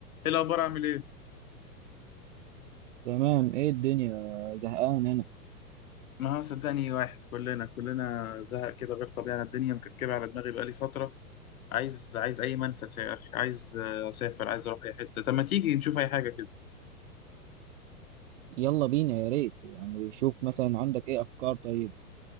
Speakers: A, on the left (about 60°); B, on the right (about 50°).
A: ايه الاخبار عامل ايه
B: تمام ايه الدنيا زهقان هنا
A: ما هو صدقني واحد كلنا كلنا زهق كده غير طبيعي انا الدنيا مكركبه على دماغي بقالي فتره عايز عايز اي منفس يا اخي عايز آه، اسافر عايز اروح اي حته طب ما تيجي نشوف اي حاجه كده
B: يلا بينا يا ريت يعني شوف مثلا عندك ايه افكار طيب